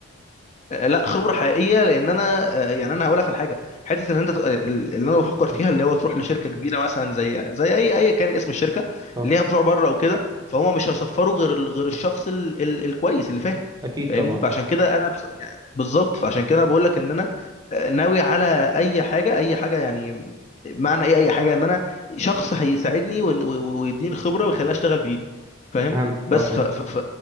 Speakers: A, on the left; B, on the right.
A: آه، لا خبره حقيقيه لان انا آه، يعني انا هقول لك على حاجه حته ان انت آه، اللي انا بفكر فيها
B: مم.
A: اللي هو تروح لشركه كبيره مثلا زي زي اي اي كان اسم الشركه
B: اه
A: اللي هي بتوع بره وكده فهم مش هيصفروا غير ال- غير الشخص ال ال الكويس اللي فاهم
B: اكيد
A: فاهمني
B: طبعا
A: فعشان كده انا بص... يعني بالظبط فعشان كده انا بقول لك ان انا آه، ناوي على اي حاجه اي حاجه يعني معنى ايه اي حاجه ان انا شخص هيساعدني وإن- و- و- ويديني الخبره ويخليني اشتغل بايدي فاهم
B: فهمت
A: بس
B: اه فاهم
A: ف... ف... ف...